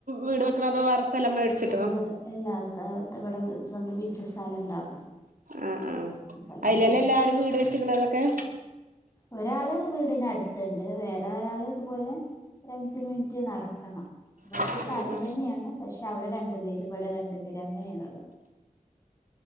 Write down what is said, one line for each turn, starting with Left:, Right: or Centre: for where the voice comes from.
Right: വീട് വെക്കണതോ വേറെ സ്ഥലം മേടിച്ചിട്ടോ
Left: ആ അവിടെ എല്ലാ സ്ഥ ഇവിടെ സ്വന്തം വീട്ടിൽ സ്ഥലം ഇണ്ടാർന്നു
Right: ആ ആ
Left: അപ്പഅതവടെ
Right: അയിലന്നെ
Left: വെച്ച്
Right: എല്ലാരും വീട് വെച്ചിക്കണതൊക്കെ
Left: ഒരാള് വീടിനടുത്തുണ്ട് വേ റരാള് ഇതുപോലെ ഒരഞ്ച് മിനിറ്റ് നടക്കണം ഇവിടുത്തെ
Right: ആ
Left: സ്ഥലം
Right: ആ
Left: തന്നെയാണ് പക്ഷേ അവിടെ രണ്ടു പേര് ഇവിടെ രണ്ടു പേര് അങ്ങനെയാണുള്ളത്